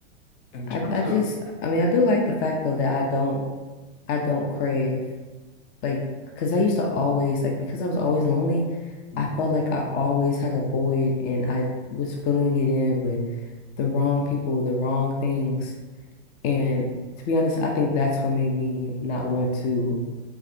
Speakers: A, on the left (about 65°); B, on the left (about 35°).
A: in terms
B: I I
A: of,
B: just I mean I do like the fact though that I don't I don't crave. Like, because I used to always, like, because I was always lonely,
A: Hmm.
B: I felt like I always had a void and I was filling it in with the wrong people, the wrong things. And to be honest, I think that's what made me not want to,